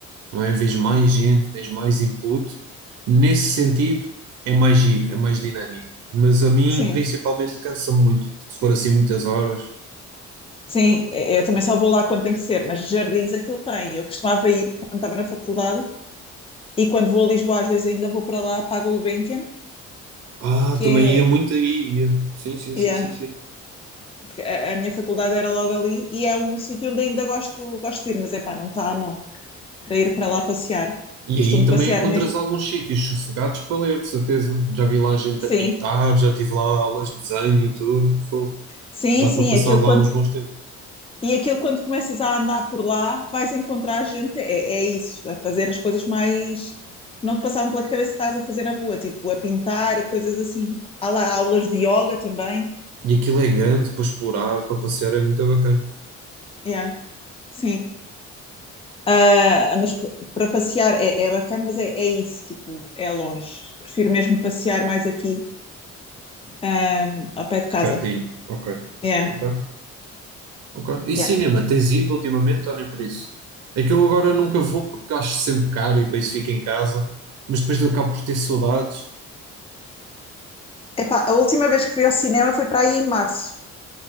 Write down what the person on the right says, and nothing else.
não é? Vês mais gente, tens mais input. Nesse sentido, é mais giro, é mais dinâmico. Mas a mim,
principalmente, cansa-me muito. Se for assim muitas horas.
Ah,
também
ia muito aí, ia. Sim, sim, sim,
sim, sim.
E
aí também
encontras
alguns sítios sossegados para ler, de certeza. Já vi lá gente
a pintar, já tive lá aulas de desenho e tudo. Fogo.
Dá
para passar
lá
uns bons tempos.
E aquilo é grande para explorar, para passear, é muito bacana.
Pertinho. Ok.
Ok. Ok. E
cinema, tens ido ultimamente ou nem por isso? É que eu agora nunca vou porque acho sempre caro e para isso fico em casa. Mas depois eu acabo por ter saudades.